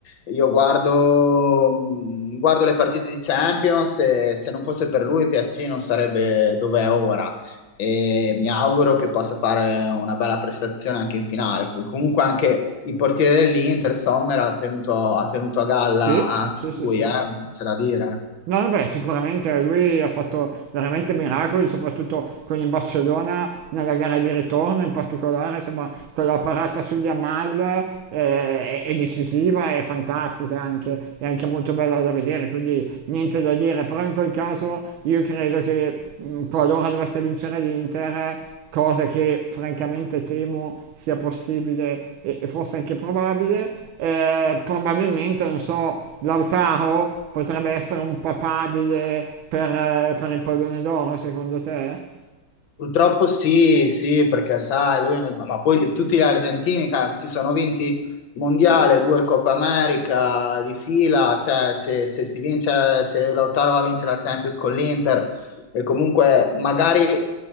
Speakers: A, on the left; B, on the right.
A: io guardo, mh, guardo le partite di Champions e se non fosse per lui PSG non sarebbe dove è ora, e mi auguro che possa fare una bella prestazione anche in finale. Comunque anche il portiere dell'Inter, Sommer, ha tenuto, ha tenuto a galla
B: sì,
A: anche
B: sì, sì,
A: lui,
B: sì.
A: eh, c'è da dire.
B: No, vabbè, sicuramente lui ha fatto veramente miracoli, soprattutto con il Barcellona nella gara di ritorno, in particolare, insomma, quella parata sugli Amal eh, è, è decisiva, è fantastica anche, è anche molto bella da vedere, quindi niente da dire, però in quel caso io credo che mh, qualora dovesse vincere l'Inter cosa che francamente temo sia possibile e, e forse anche probabile. Eh, probabilmente, non so, Lautaro potrebbe essere un papabile per, eh, per il pallone d'oro, secondo te?
A: Purtroppo sì, sì, perché sai, lui, ma poi li- tutti gli argentini cara, che si sono vinti il mondiale, due Coppa America di fila, cioè se, se si vince, se Lautaro va a vincere la Champions con l'Inter e comunque magari